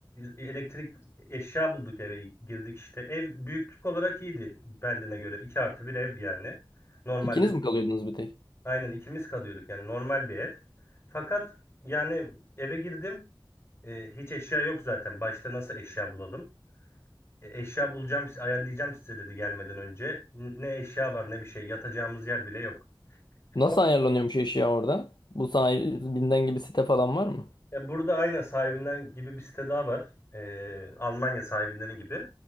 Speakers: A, on the left; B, on the left.
A: Elektrik eşya bulduk eve girdik işte. Ev büyüklük olarak iyiydi Berlin'e göre. 2 artı bir ev yani. Normalde
B: İkiniz mi kalıyordunuz bir tek?
A: aynen ikimiz kalıyorduk yani normal bir ev. Fakat yani eve girdim. E, hiç eşya yok zaten. Başta nasıl eşya bulalım? E, eşya bulacağım, ayarlayacağım size dedi gelmeden önce. N- Ne eşya var ne bir şey. Yatacağımız yer bile yok.
B: Nasıl
A: Son,
B: ayarlanıyormuş eşya orada? Bu sahibinden gibi site falan var mı?
A: e, burada aynen sahibinden gibi bir site daha var. E, Almanya sahibinden gibi.